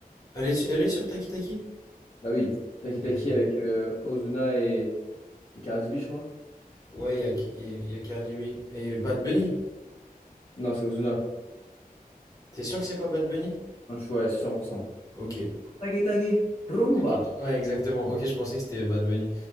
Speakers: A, on the left (about 20°); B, on the left (about 40°).
A: Elle est, su- elle est sur Taki Taki?
B: Bah oui, Taki Taki
A: Ok.
B: avec euh, Ozuna et... et Cardi B, je crois.
A: Ouais, il y a, il y a- il y a Cardi B. Et Bad Bunny.
B: Non, c'est Ozuna.
A: T'es sûr que c'est pas Bad Bunny?
B: Je suis ouais, cent pour cent.
A: Ok.
B: Taki Taki, Rumba.
A: Ok. Ouais, exactement. Ok, je pensais que c'était Bad Bunny.